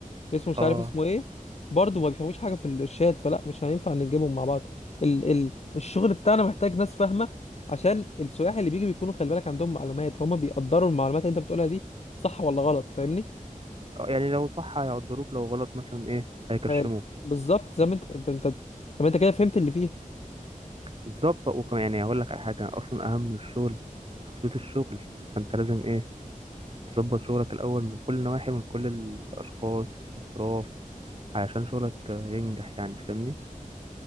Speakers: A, on the left; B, on the right.
A: اسمه مش
B: اه
A: عارف اسمه ايه برضه ما بيفهموش حاجه في الارشاد فلا مش هينفع نجيبهم مع بعض ال ال الشغل بتاعنا محتاج ناس فاهمه عشان السياح اللي بيجي بيكونوا خلي بالك عندهم معلومات فهم بيقدروا المعلومات اللي انت بتقولها دي صح ولا غلط فاهمني
B: آه، يعني لو صح هيقدروك لو غلط مثلا ايه هيكشموك
A: فال- بالظبط زي ما انت انت انت طب انت كده فهمت اللي فيه
B: بالظبط وكمان يعني هقول لك على حاجه اصلا اهم من الشغل تثبيت الشغل فانت لازم ايه تظبط شغلك الاول من كل النواحي من كل الاشخاص الاطراف علشان شغلك آه، ينجح يعني فاهمني